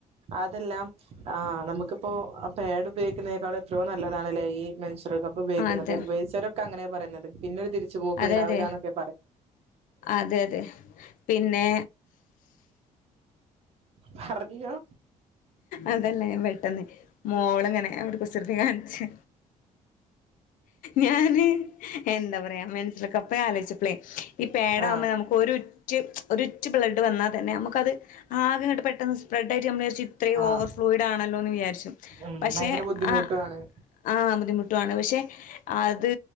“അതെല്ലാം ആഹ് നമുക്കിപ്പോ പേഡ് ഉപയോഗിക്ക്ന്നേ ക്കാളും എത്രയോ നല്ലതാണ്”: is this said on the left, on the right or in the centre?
Right